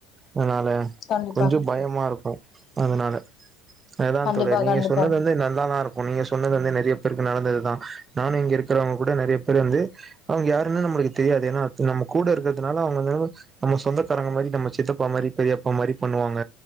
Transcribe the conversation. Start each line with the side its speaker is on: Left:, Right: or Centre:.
Right: அதனால
Left: கண்டிப்பா
Right: கொஞ்சம் பயமா இருக்கு அதனால அதுதான்
Left: கண்டிப்பா
Right: தோழி நீங்க
Left: கண்டிப்பா
Right: சொன்னது வந்து நல்லாதான் இருக்கும் நீங்க சொன்னது வந்து நிறைய பேருக்கு நடந்ததுதான் நானும் இங்க இருக்கிறவங்க கூட நறைய பேர் வந்து அவங்க யாருன்னு நம்மளுக்கு தெரியாது ஏன்னா நம்ம கூட இருக்கிறதுனால அவங்க வந்து நம்ம சொந்தக்காரங்க மாரி நம்ம சித்தப்பா மாரி பெரியப்பா மாரி பண்ணுவாங்க